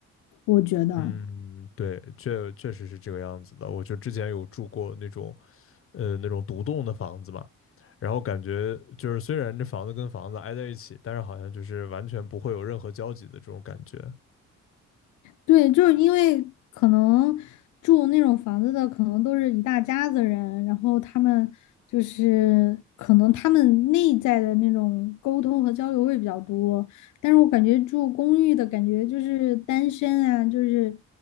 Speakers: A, on the left (about 75°); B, on the left (about 45°).
A: 我觉得。
B: 嗯，对，确确实是这个样子的。我就之前有住过那种，呃，那种独栋的房子嘛，然后感觉就是虽然这房子跟房子挨在一起，但是好像就是完全不会有任何交集的这种感觉。
A: 对，就是因为可能住那种房子的，可能都是一大家子人，然后他们就是可能他们内在的那种沟通和交流会比较多，但是我感觉住公寓的感觉就是单身啊，就是